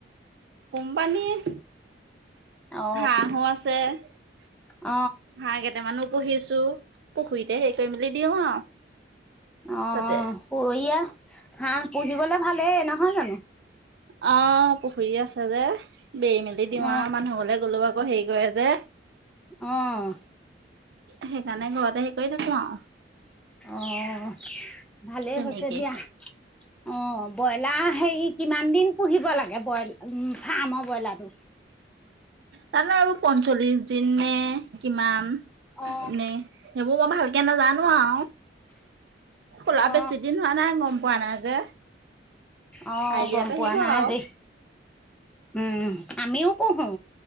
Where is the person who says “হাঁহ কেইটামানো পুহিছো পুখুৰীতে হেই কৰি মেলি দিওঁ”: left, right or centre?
Right